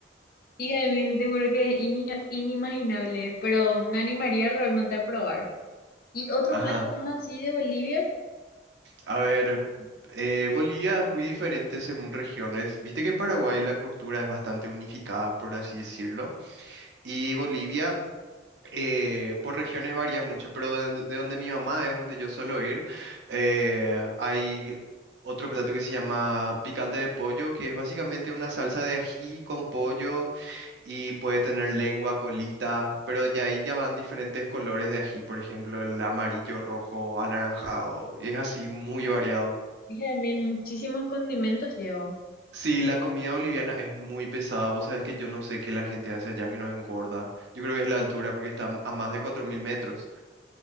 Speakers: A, on the left (about 55°); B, on the right (about 70°).
A: y mil, te juro que es ini- inimaginable, pero me animaría realmente a probar. Y otro
B: Ajá.
A: plato más así de Bolivia,
B: A ver, eh, Bolivia es muy diferente según regiones. Viste que en Paraguay la cultura es bastante unificada, por así decirlo. Y Bolivia. eh, por regiones varía mucho, pero de, donde de donde mi mamá es, donde yo suelo ir, eh, hay otro plato que se llama picante de pollo, que es básicamente una salsa de ají con pollo y puede tener lengua, colita, pero ya ahí ya van diferentes colores de ají, por ejemplo, el amarillo, rojo, anaranjado, y es así muy variado.
A: dije de mil, muchísimos condimentos lleva.
B: Sí, la comida boliviana es muy pesada. Vos sabés que yo no sé qué la gente hace allá que no engorda. Yo creo que es la altura porque está a más de 4.000 metros.